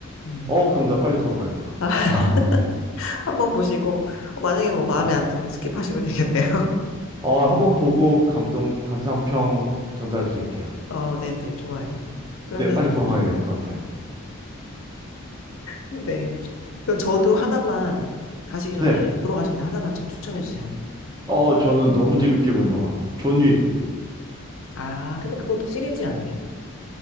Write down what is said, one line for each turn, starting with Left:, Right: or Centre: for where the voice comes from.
Left: 음.
Right: 어, 그럼 나 빨리 보러 가야겠다.
Left: 아, <laughs>
Right: <laughs>
Left: 한번 보시고 만약에 뭐 마음에
Right: 네.
Left: 안 들면 스킵하시면 되겠네요.
Right: 어, 한번 보고 감동, 감상평 전달 드릴게요.
Left: <laughs> 어, 네, 네, 좋아요. 그러면
Right: 네, 빨리 보러 가야 될 것 같아요.
Left: 네. 그럼 저도 하나만 가시기 전에
Right: 네.
Left: 보러 가시기 전에 하나만 저 추천해 주세요.
Right: 어, 저는 너무 재밌게 본 영화. 존 윅,
Left: 아, 근데 그것도 시리즈 아니에요?